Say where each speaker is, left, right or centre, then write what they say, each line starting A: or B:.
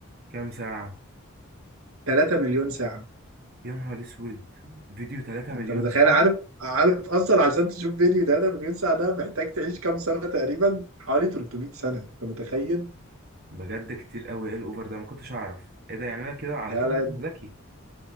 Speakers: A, on the right (about 45°); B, on the right (about 85°).
A: كام ساعة
B: 3 مليون ساعة
A: يا نهار اسود فيديو 3 مليون
B: انت متخيل
A: ساعة
B: عارف عارف اصلا عشان تشوف فيديو 3 مليون ساعة ده محتاج تعيش كام سنة تقريبا حوالي 300 سنة انت متخيل
A: بجد كتير قوي ايه الاوفر ده ما كنتش اعرف ايه ده يعني انا كده على
B: لا
A: كده
B: لا
A: بقى ذكي